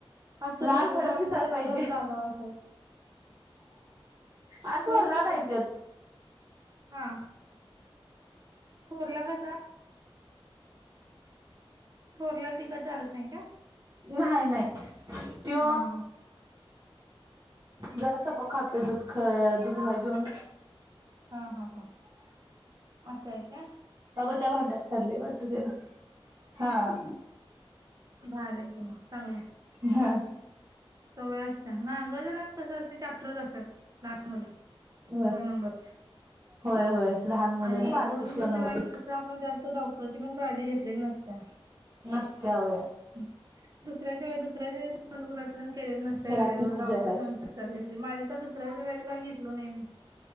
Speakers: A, on the right; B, on the right.
A: असतात
B: लाल
A: की
B: भडक
A: लहान
B: दिसाय
A: मुलंच
B: पाहिजे
A: जास्त आगाव असतात
B: अन थोरला
A: खरंच की
B: नाय तो
A: हा थोरला कसा थोरल्याला तिखट चालत नाही काय
B: नाही नाही त्यो
A: हा हा
B: जरासं पखात पे दुध खा दुध जागून
A: हा हा हा असंय का
B: त्या भांड्यात खाल्ले वाटत त्याना हा
A: भारी आहे की मग चांगलंय
B: हा
A: सवय असत्या कस असते चॅप्टर असतात लान मु
B: होय
A: दोन नंबर
B: होय होय लहान मुलं
A: आणि
B: ना बारकीशी
A: दोन नंबरच्या
B: नंबरची.
A: वेळेला आपण जास्त डॉ ची पण काळजी घेतलेली नसत्या
B: नसत्या वय
A: घ दुसऱ्याच्या वे दुसऱ्याच्या व सोनोग्राफी प केलेली नसत वेळे
B: त्याला ती भाजी
A: औषध
B: वाढायची
A: सत्कार घेतली माझी तर दुस दुसऱ्याच्या वेळेला काय घेतलं नाही मी